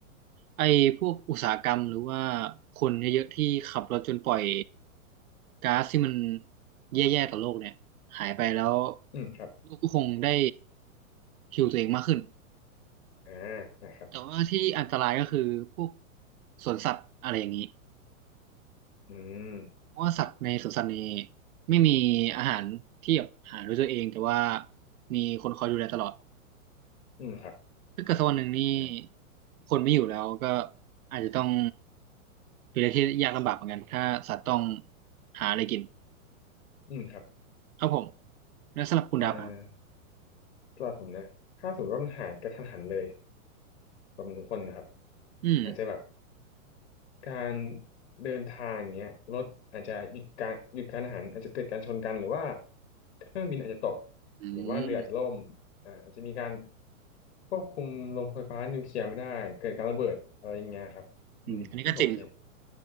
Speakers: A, on the right (about 75°); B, on the left (about 50°).
A: ไอ้พวกอุตสาหกรรมหรือว่าคนเยอะๆที่ขับรถจนปล่อยก๊าซที่มันแย่ๆต่อโลกเนี่ยหายไปแล้ว
B: อืมครับ
A: โลกก็คงได้ฮิวตัวเองมากขึ้น
B: อ่านะครับ
A: แต่ว่าที่อันตรายก็คือพวกสวนสัตว์อะไรอย่างนี้
B: อืม
A: เพราะว่าสัตว์ในสวนสัตว์นี้ไม่มีอาหารที่แบบหาด้วยตัวเองแต่ว่ามีคนคอยดูแลตลอด
B: อืมครับ
A: ถ้าเกิดสักวันหนึ่งนี่
B: อ่า
A: คนไม่อยู่แล้วก็อาจจะต้องเป็นอะไ่ที่ยากลำบากเหมือนกันถ้าสัตว์ต้องหาอะไรกิน
B: อืมครับ
A: ครับผมแล้วสำหรับคุณดับครับ
B: อ่าสำหรับผมนะถ้าสมมติว่ามันหายกระทันหันเลยแบบมันทุกคนนะครับ
A: อืม
B: อาจจะแบบ การเดินทางอย่างเงี้ยรถอาจจะหยุดการหยุดกานอาหารอาจจะเกิดการชนกันหรือว่าเครื่องบินอาจจะตก
A: อืม
B: หรือว่าเรืออาจจะล่มอ่าอาจจะมีการควบคุมโรงไฟฟ้านิวเคลียร์ไม่ได้เกิดการระเบิดอะไรอย่างเงี้ยครับอืมที่ผมคิด
A: อืมอันนี้ก็จริงครับ